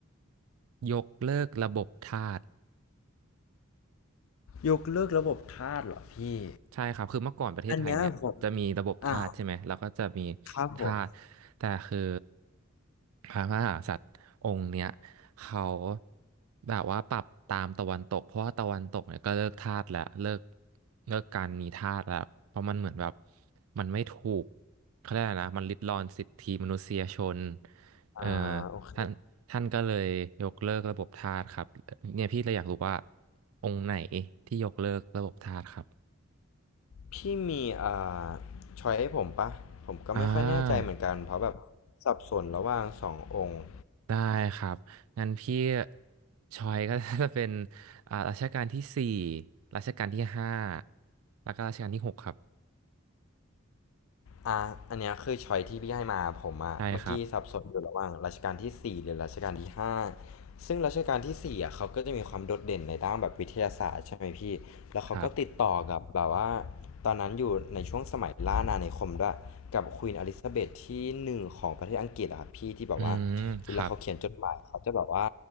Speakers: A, on the right; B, on the left.
A: ยกเลิกระบบทาส
B: ยกเลิกระบบทาสเหรอพี่
A: ใช่ครับคือเมื่อก่อนประเทศไทยเนี่ยจะมีระบบทาสใช่ไหม
B: อันเนี้ยผมอ่า
A: แล้วก็จะมี
B: ครับผม
A: ทาสแต่คือพระมหากษัตริย์องค์เนี้ยเขาแบบว่าปรับตามตะวันตกเพราะว่าตะวันตกเนี่ยก็เลิกทาสแล้วเลิกเลิกการมีทาสแล้วเพราะมันเหมือนแบบมันไม่ถูกเขาเรียกอะไรนะมันริดรอนสิทธิมนุษยชนเอ่อ
B: อ่าโอเค
A: ท่านท่านก็เลยยกเลิกระบบทาสครับเนี่ยพี่เลยอยากรู้ว่าองค์ไหนที่ยกเลิกระบบทาสครับ
B: พี่มีอ่าช้อยให้ผมปะผมก็ไม่ค่อยแน่ใจเหมือนกันเพราะแบบ
A: อ่า
B: สับสนระหว่างสององค์
A: ได้ครับงั้นพี่ชอยก็ <laughs> จะเป็นอ่ารัชกาลที่สี่รัชกาลที่ห้าแล้วก็รัชกาลที่หกครับ
B: อ่าอันเนี้ยคือช้อยที่พี่ให้มาผมอะเมื่อกี้สับสนอยู่ระหว่างรัชกาลที่สี่หรือรัชกาลที่ห้า
A: ใช่ครับ
B: ซึ่งรัชกาลที่สี่อะเขาก็จะมีความโดดเด่นในด้านแบบวิทยาศาสตร์ใช่ไหมพี่ แล้วเขาก็ติดต่อกับแบบว่า
A: ครับ
B: ตอนนั้นอยู่ในช่วงสมัยล่าอาณานิคมด้วย กับควีนอลิซาเบธที่หนึ่งของประเทศอังกฤษอะครับพี่ที่แบบว่า
A: อืมครับ
B: เวลาเขาเขียนจดหมายเขาจะแบบว่า